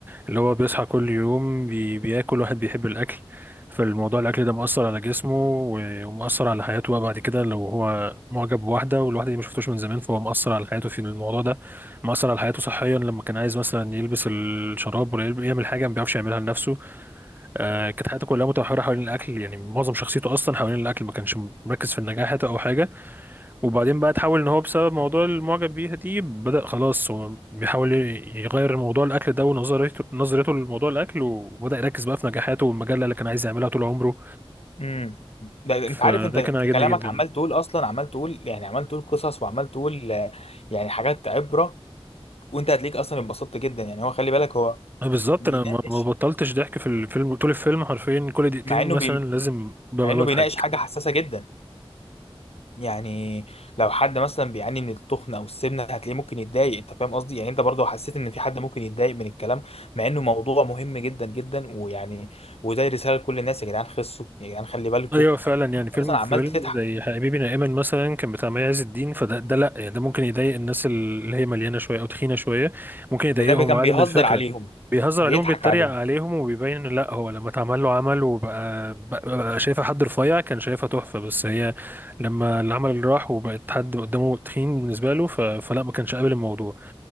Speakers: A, on the right (about 20°); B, on the left (about 80°).
A: اللي هو بيصحى كل يوم بي بياكل واحد بيحب الأكل فالموضوع الأكل ده مؤثر على جسمه و- ومؤثر على حياته بقى بعد كده لو هو معجب بواحدة والواحدة دي ما شفتوش من زمان فهو مؤثر على حياته في الموضوع ده مؤثر على حياته صحيا لما كان عايز مثلا يلبس الشراب ولا يعمل حاجة ما بيعرفش يعملها لنفسه آه، كانت حياته كلها متمحورة حوالين الأكل يعني معظم شخصيته أصلا حوالين الأكل ما كانش مركز في النجاح حتى أو حاجة وبعدين بقى تحول إن هو بسبب موضوع المعجب بيها دي بدأ خلاص هو بيحاول يغير موضوع الأكل ده ونظريته نظريته لموضوع الأكل وبدأ يركز بقى في نجاحاته والمجلة اللي كان عايز يعملها طول عمره
B: امم ده انت
A: فده
B: عارف انت انت
A: كان عاجبني
B: كلامك
A: جدا
B: عمال تقول اصلا عمال تقول يعني عمال تقول قصص وعمال تقول آه، يعني حاجات عبره وانت هتليك اصلا اتبسطت جدا يعني هو خلي بالك هو
A: آه، بالظبط
B: بيناقش
A: أنا ما ما بطلتش ضحك في الفيلم طول الفيلم حرفيا كل دقيقتين
B: مع انه
A: مثلا
B: بي
A: لازم ببقى
B: مع انه
A: بضحك
B: بيناقش حاجه حساسه جدا يعني لو حد مثلا بيعاني من التخن او السمنه هتلاقيه ممكن يتضايق انت فاهم قصدي يعني انت برضو حسيت ان في حد ممكن يتضايق من الكلام مع انه موضوع مهم جدا جدا ويعني وزي رساله لكل الناس يا جدعان خسوا يا جدعان خلي بالكم
A: ايوه فعلا يعني فيلم
B: اصلا
A: فيلم
B: عمال تضحك
A: زي حبيبي نائما مثلا كان بتاع مي عز الدين فده ده لا يعني ده ممكن يضايق الناس اللي هي مليانه شويه او تخينه شويه ممكن يضايقهم
B: ان ده بي- كان
A: عادي
B: بيهزر
A: من الفكره
B: عليهم
A: بيهزر
B: بيضحك
A: عليهم بيتريق
B: عليهم
A: عليهم وبيبين ان لا هو لما اتعمل له عمل وبقى بقى بقى شايفه حد رفيع كان شايفها تحفه بس هي لما العمل اللي راح وبقت حد قدامه تخين بالنسبه له ف- فلا ما كانش قابل الموضوع